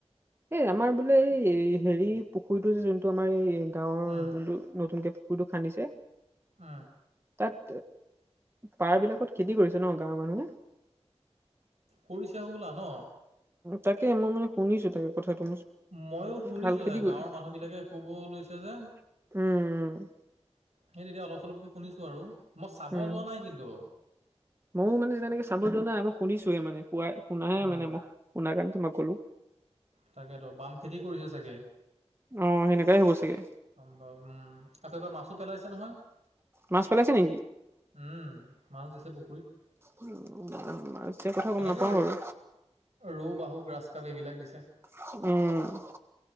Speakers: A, on the right; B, on the right.
A: এই আমাৰ বোলে এই হেৰি পুখুৰীটো যে যোনটো আমাৰ এই গাঁৱৰ
B: উম,
A: যোনটো নতুনকে পুখুৰীতটো খান্দিছে।
B: হ
A: তাত পাৰ বিলাকত খেতি কৰিছে ন গাঁৱৰ মানুহে।
B: কৰিছে হ'বোলা ন।
A: তাকে মই মানে শুনিছো তাকে কথাটো।
B: ময়ো শুনিছো
A: ভাল খেতি
B: হে
A: কৰি
B: গাঁৱৰ মানুহ বিলাকে ক'ব লৈছে যে
A: উম, উ।
B: সেই তেতিয়া অলপ, চলপকে শুনিছো আৰু মই চাব
A: উম
B: যোৱা নাই কিন্তু।
A: ময়ো মানে যেনেকে চাব যোৱা নাই মই শুনিছোৱোনে শাই, শুনাহে
B: উম,
A: মানে মই শুনা কাৰণে তোমাক মই ক'লো।
B: তাকেতো বাম খেতি কৰিছে চাগে।
A: অ, সেনেকাই হ'ব চাগে।
B: সম্ভৱ উম, আকৌ এবাৰ মাছো পেলাইছে নহয়।
A: মাছ পেলাইছে নে।
B: উম, মাছ দিছে পুখুৰীত।
A: উম, মাছ দিয়া কথা গম
B: এনেকে
A: নাপাওঁ বাৰু।
B: ৰৌ, বাহু, গ্ৰাছ কাপ এইবিলাক দিছে।
A: উম।